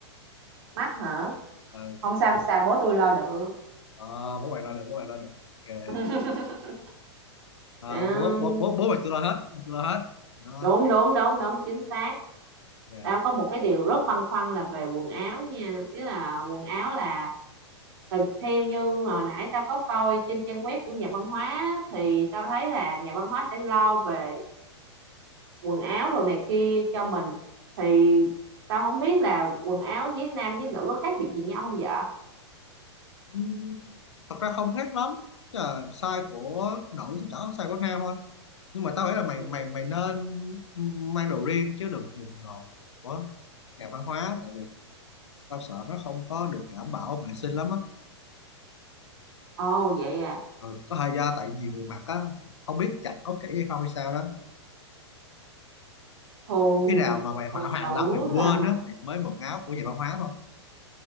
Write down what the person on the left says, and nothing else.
ừ.
Ờ, bố bạn lo được bố bạn lo được ok
Ờ,
bố bố bố bố mày tôi lo hết tôi lo hết Đó,
ok
Ừm, thật ra không khác lắm Chứ là size của nữ sẽ chẳng có size của nam thôi nhưng mà tao nghĩ là mày
mày mày nên mang đồ riêng chứ đừng dùng đồ của nhà văn hóa tại vì tao sợ nó không có được đảm bảo vệ sinh lắm á
ừ, có thời gian tại nhiều người mặc á không biết chặt có kỹ hay không hay sao đó
khi nào mà mày hỏa
hoàng
lắm mày quên
á thì mới mượn áo của nhà văn hóa thôi